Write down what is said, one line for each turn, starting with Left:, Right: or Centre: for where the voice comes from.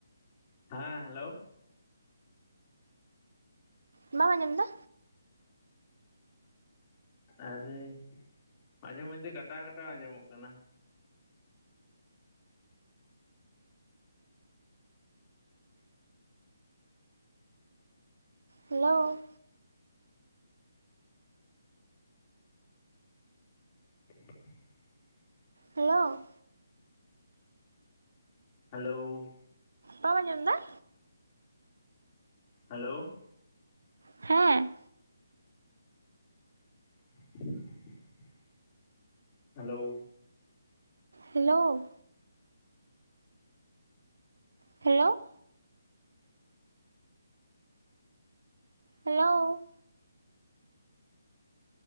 Left: ᱦᱮᱸ ᱦᱮᱞᱳ᱾
Right: ᱵᱟᱢ ᱟᱸᱡᱚᱢ ᱮᱫᱟ?
Left: ᱟᱨᱮ ᱢᱟᱡᱷᱮ ᱢᱚᱫᱽᱫᱷᱮ ᱠᱟᱴᱟᱣ ᱠᱟᱴᱟᱣ ᱟᱸᱡᱚᱢᱚᱜ ᱠᱟᱱᱟ᱾
Right: ᱦᱮᱞᱳ᱾
Left: <inaudible>
Right: ᱦᱮᱞᱳ᱾
Left: ᱦᱮᱞᱳ᱾
Right: ᱵᱟᱢ ᱟᱸᱡᱚᱢ ᱫᱟ?
Left: ᱦᱮᱞᱳ᱾
Right: ᱦᱮᱸ᱾
Left: <inaudible> ᱦᱮᱞᱳ᱾
Right: ᱦᱮᱞᱳ᱾ ᱦᱮᱞᱳ᱾ ᱦᱮᱞᱳ᱾